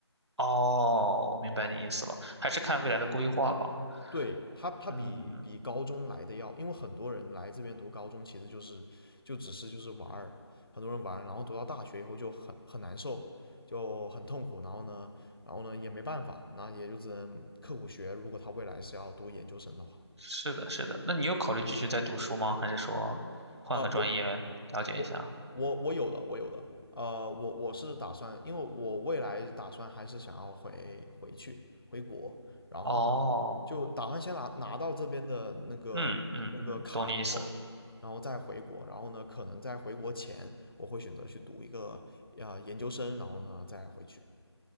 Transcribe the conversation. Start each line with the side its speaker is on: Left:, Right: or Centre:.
Right: 哦，我明白你意思了，还是看未来的规划吧。
Left: 对，他，他比比高中来的要，
Right: 嗯，
Left: 因为很多人来这边读高中，其实就是就只是就是玩儿，很多人玩儿，然后读到大学以后就很很难受，就很痛苦，然后呢，然后呢也没办法，然后也就只能刻苦学，如果他未来是要读研究生的话，
Right: 是的，是的。那你有考虑继续再读书吗？还是说换个专业了解一下？
Left: 啊、我我我我有的，我有的。呃，我我是打算，因为我未来打算还是想要回回去回国，然后呢，
Right: 哦，
Left: 就打算先拿拿到这边的那个那个卡以后，
Right: 嗯嗯嗯，懂你意思。
Left: 然后再回国，然后呢，可能在回国前我会选择去读一个呃研究生，然后呢再回去